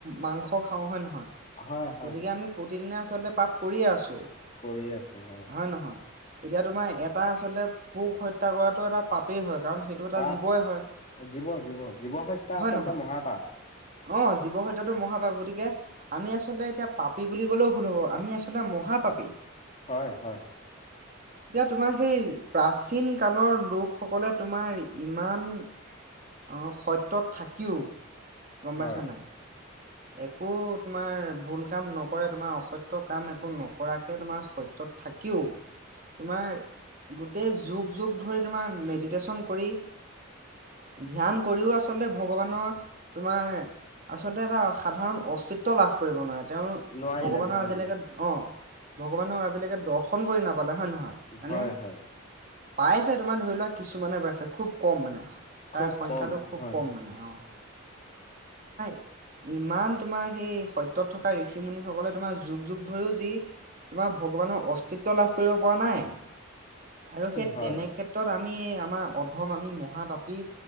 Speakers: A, on the right; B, on the left.
A: মাংস খাওঁ, হয়নে নহয়?
B: হয় হয়
A: গতিকে আমি প্ৰতিদিনে আচলতে পাপ কৰিয়ে আছো।
B: কৰিয়ে আছো হয়।
A: হয় নহয়, এতিয়া তোমাৰ এটা আচলতে পোক হত্যা কৰাটো এটা পাপেই হয়, কাৰণ সেইটো এটা
B: পাপ
A: জীৱই হয়।
B: জীৱ জীৱ, জীৱ হত্যা
A: হয়
B: আচলতে
A: নহয়
B: মহাপাপ।
A: অ', জীৱ হত্যাটো মহাপাপ, গতিকে আমি আচলতে এতিয়া পাপী বুলি ক'লেও ভুল হব, আমি আচলতে মহাপাপী।
B: হয় হয়।
A: <inaudible> এতিয়া তোমাৰ সেই প্ৰাচীন কালৰ লোকসকলে তোমাৰ ইমান অ' সত্যত, থাকিও, গম
B: হয়
A: পাইচা নাই? একো তোমাৰ ভুল, কাম নকৰে তোমাৰ অসত্য, কাম একো নকৰাকে তোমাৰ সত্য তত থাকিও তোমাৰ, গোটেই যুগ যুগ ধৰি তোমাৰ মেডিটেশ্যন, কৰি ধ্যান, কৰিও আচলতে ভগৱানৰ, তোমাৰ আচলতে এটা সাধাৰণ অস্তিত্ব লাভ কৰিব নোৱাৰে তেওঁল
B: নোৱাৰিলে
A: ভগৱানৰ,
B: নোৱাৰিলে
A: আজিলৈকে অ ভগৱানক আজিলৈকে দৰ্শ ফোন কৰি নাপালে হয় নহয় মানে।
B: হয় হয়
A: পাইছে তোমাৰ ধৰি লোৱা কিছুমানে পাইছে খুব কম মানে
B: খুব
A: তাৰ সংখ্যটো
B: কম
A: খুব
B: হয়
A: কম মানে অ <inaudible> ইমান তোমাৰ সেই সত্যত, থকা ঋষি, মুুনি সকলে তোমাৰ যুগ যুগ ধৰিও যি তোমাৰ ভগৱানৰ অস্তিত্ব লাভ কৰিব পৰা নাই। আৰু সেই
B: হয়
A: তেনেক ক্ষেত্ৰত আমি আমাৰ অধম আমি মহাপাপী,